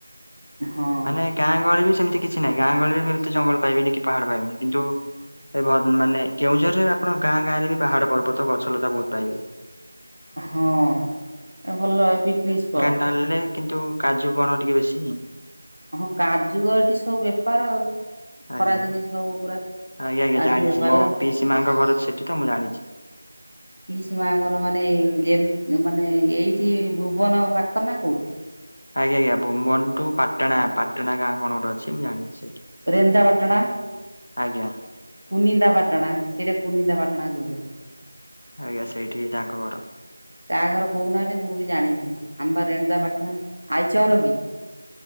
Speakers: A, on the right; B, on the left.
A: ହଁ।
B: ମାନେ ଗାଁ ଗହଳି ବି ସେମିତି କିଛି ନାହିଁ, ଗାଁ ଗହଳିରେ ବି ଏତେ ଜଙ୍ଗଲ ପାଇବେନି କି ପାହାଡ଼ ପାଇବେନି କିନ୍ତୁ ଏ ଭ ମାନେ କେଉଁଝରରେ ଆପଣ ଗାଁ ଗାଁରେ ବି ପାହାଡ, ପର୍ବତ, ଗଛଲତା ବହୁତ ପାଇବେ।
A: ହଁ ଏ ଭଲ ଏ ପିକନିକ ସ୍ପଟ୍।
B: ନାଲେ କିନ୍ତୁ କାଜୁ ବଣ ଟିକେ ବେଶୀ।
A: ହଁ କାଜୁ ତ ଏଠି ସବୁ ବେପାର ଆଉ ଖରାଦିନ
B: ଆଜ୍ଞା
A: ସବୁ ପୁରା
B: ଆଜ୍ଞା ଆଜ୍ଞା
A: କାଜୁ
B: ଜାଣିଛି
A: ବେପାର
B: ମୋ ପିଇସି ମାଙ୍କ ଘର ସେଠିତ, ମୁଁ ଜାଣିଛି।
A: ପିଇସି ମା ଘର ମାନେ ଗେନ ମାନେ ଏଇଠି ଭୁବନ ପାଖ ନା କୋଉଠି?
B: ଆଜ୍ଞା, ଆଜ୍ଞା, ଭୁବନ ଠୁ ପାଟଣା, ପାଟଣା ଗାଁ କଣ ଗୋଟେ ଅଛି, ମୁଁ ଜାଣଛି ସେଇଠି।
A: ରେନଦା ପାଟଣା
B: ଆଜ୍ଞା।
A: କୁନିନ୍ଦା ପାାଟଣା, ସେଇଟା କୁନିନ୍ଦା ପାାଟଣା କହୁଛନ୍ତି।
B: ଆଜ୍ଞା, ସେଇଠି ତାଙ୍କ ଘର।
A: କାହାଘର କହୁନାହାନ୍ତି ମୁଁ ବି ଜାଣିଥିବି, ଆମେ ବା ରେଣଦାପାଟଣା, ଆଇଚ ଘର କି?